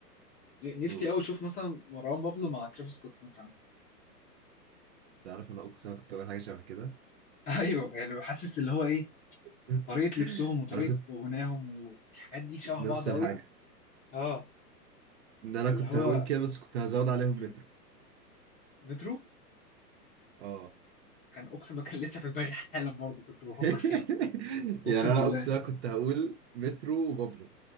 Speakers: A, on the left; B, on the right.
A: نفسي
B: قول
A: قوي اشوف مثلا مروان بابلو مع ترافيس سكوت مثلا
B: تعرف انا اقسم انا كنت اقول حاجه شبه كده
A: <laughs> ايوه يعني بحسس اللي هو ايه
B: <laughs>
A: طريقه لبسهم وطريقه
B: انا كنت
A: غناهم والحاجات دي شبه
B: نفس
A: بعض قوي
B: الحاجه
A: اه
B: ان انا
A: فاللي
B: كنت
A: هو
B: هقول كده بس كنت هزود عليهم
A: مم.
B: مترو
A: مترو
B: اه
A: كان اقسم بالله كان لسه في دماغي حالا برضه كنت بفكر
B: <laughs>
A: فيه اقسم
B: يعني انا
A: بالله
B: اقسم انا كنت هقول مترو وبابلو